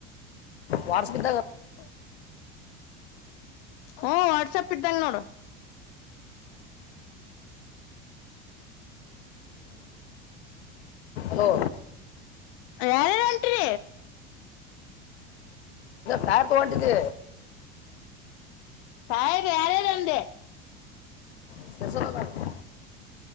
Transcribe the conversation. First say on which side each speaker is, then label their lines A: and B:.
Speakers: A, on the left; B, on the left.
A: ವಾರಸಿದ್ದ
B: ಹ ಹ್ಮ್ ವಾಟ್ಸ್ಯಪ್ ಇದ್ದೆ ನೋಡು
A: ಹಲೋ
B: ರಳ ರಂಟ ರಿ
A: ಪ್ಯಾರ್ ತೊಗೊಂಡಿದ್ದಿ
B: ತಾಯ ಬಾರ ರಂಡೆ
A: ಶಸ